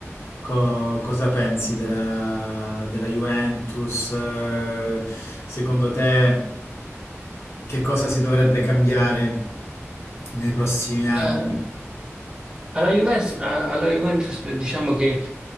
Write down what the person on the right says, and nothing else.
Eh, alla Juventus, eh, alla Juventus eh, diciamo che